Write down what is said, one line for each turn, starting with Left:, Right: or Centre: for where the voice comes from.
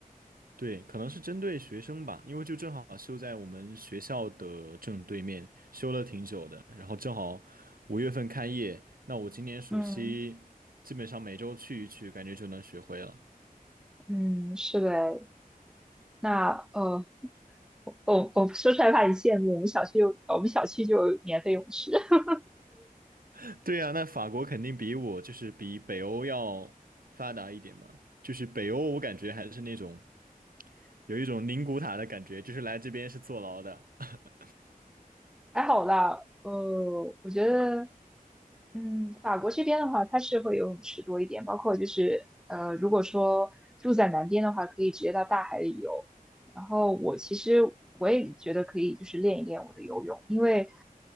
Right: 对，可能是针对学生吧，因为就正好修在我们学校的正对面，修了挺久的，然后正好五月份开业，那我今年暑期基本上每周去一去，
Centre: 嗯
Right: 感觉就能学会了。
Centre: 嗯，是的诶那呃，我我我说出来怕你羡慕，我们小区有我们小区就有免费泳池。<laughs>
Right: <laughs> 对呀，那法国肯定比我就是比北欧要发达一点嘛，就是北欧我感觉还是那种有一种宁古塔的感觉，就是来这边是坐牢的。<laughs>
Centre: 还好啦，呃，我觉得嗯，法国这边的话，它是会游泳池多一点，包括就是呃，如果说住在南边的话，可以直接到大海里游。然后我其实我也觉得可以，就是练一练我的游泳，因为